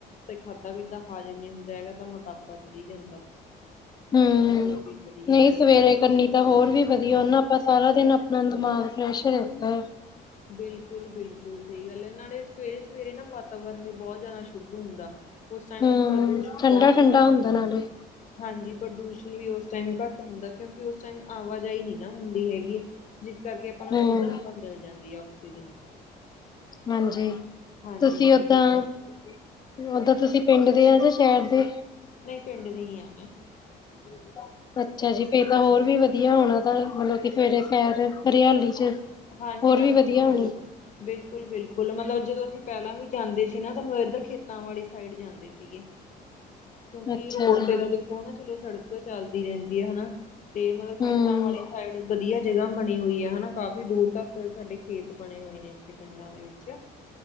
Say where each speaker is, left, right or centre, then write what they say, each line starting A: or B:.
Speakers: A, on the left; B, on the left.
A: ਤੇ ਖਾਧਾ-ਪੀਧਾ ਹਾਜ਼ਮ ਨੀ ਹੁੰਦਾ ਹੈਗਾ ਤਾਂ ਮੋਟਾਪਾ ਚੜੀ ਜਾਂਦਾ।
B: ਹੂੰ।
A: ਚਰਬੀ ਚੜੀ ਜਾਂਦੀ
B: ਨਹੀਂ ਸਵੇਰੇ
A: ਆ।
B: ਕਰਨੀ ਤਾਂ ਹੋਰ ਵੀ ਵਧੀਆ, ਓਹਨਾ ਆਪਾਂ ਸਾਰਾ ਦਿਨ ਆਪਣਾ ਦਿਮਾਗ ਫਰੈਸ਼ ਰੈਂਦਾ ਏ।
A: ਬਿਲਕੁਲ-ਬਿਲਕੁਲ ਸਹੀ ਗੱਲ ਐ। ਨਾਲੇ ਸਵੇਰੇ-ਸਵੇਰੇ ਨਾ ਵਾਤਾਵਰਨ ਵੀ ਬੋਤ ਜ਼ਿਆਦਾ ਸ਼ੁੱਧ ਹੁੰਦਾ। ਓਸ
B: ਹੂੰ,
A: ਟਾਈਮ ਪ੍ਰਦੂਸ਼ਣ
B: ਠੰਡਾ-ਠੰਡਾ
A: ਬੋਤ ਘੱਟ ਹੁੰਦਾ।
B: ਨਾਲੇ।
A: ਹਾਂਜੀ, ਪ੍ਰਦੂਸ਼ਣ ਵੀ ਓਸ ਟਾਈਮ ਘੱਟ ਹੁੰਦਾ ਕਿਓਕੇ ਓਸ ਟਾਈਮ ਆਵਾਜਾਈ ਨੀ ਨਾ ਹੁੰਦੀ ਹੈਗੀ। ਜਿਸ ਕਰਕੇ ਆਪਾਂ ਨੂੰ
B: ਹੂੰ,
A: ਸ਼ੁੱਧ ਹਵਾ ਮਿਲ ਜਾਂਦੀ ਐ। ਔਕਸੀਜਨ
B: ਹਾਂਜੀ,
A: ਹਾਂਜੀ
B: ਤੁਸੀਂ
A: ਹਾਂਜੀ
B: ਓਦਾਂ-ਓਦਾਂ
A: ਜਿਸ
B: ਤੁਸੀਂ ਪਿੰਡ ਦੇ ਆ ਜਾ ਸੈਰ੍ਹ ਦੇ
A: ਨਈ ਪਿੰਡ ਦੀ ਆ ਮੈਂ
B: <inaudible> ਅੱਛਾ ਜੀ, ਫੇਰ ਤਾਂ ਹੋਰ ਵੀ ਵਦੀਆ ਹੋਣਾ, ਮਲਬ ਕੀ ਫੇਰ ਖੈਰ ਹਰੀਆਲੀ ਚ
A: ਹਾਂਜੀ-ਹਾਂਜੀ,
B: ਹੋਰ ਵੀ ਵਧੀਆ
A: ਬਿਲਕੁਲ।
B: ਹੋਣੀ
A: ਬਿਲਕੁਲ-ਬਿਲਕੁਲ, ਮਤਲਬ ਜਦੋਂ ਅਸੀਂ ਪੈਲਾਂ ਵੀ ਜਾਂਦੇ ਸੀ ਨਾ ਤਾਂ, ਮਬ ਏਦਰ ਖੇਤਾਂ ਵਾਲੀ ਸਾਈਡ ਜਾਂਦੇ ਸੀਗੇ।
B: <unintelligible>
A: ਕਿਓਕੇ
B: ਅੱਛਾ
A: ਰੋਡ
B: ਜੀ
A: ਤੇ ਤਾਂ ਦੇਖੋ ਨਾ ਚਲੋ, ਸੜਕ ਤਾਂ ਚੱਲਦੀ ਰੈਂਦੀ ਆ ਹਨਾ। ਤੇ ਮਲਬ
B: ਹੂੰ,
A: ਖੇਤਾਂ ਵਾਲੀ ਸਾਈਡ ਵਧੀਆ ਜਗ੍ਹਾ ਬਣੀ ਹੋਈ ਐ ਹਨਾ, ਕਾਫੀ ਦੂਰ ਤੱਕ ਸਾਡੇ ਖੇਤ ਬਣੇ ਹੋਏ ਨੇ ਏਥੇ ਪਿੰਡਾਂ ਦੇ ਵਿੱਚ,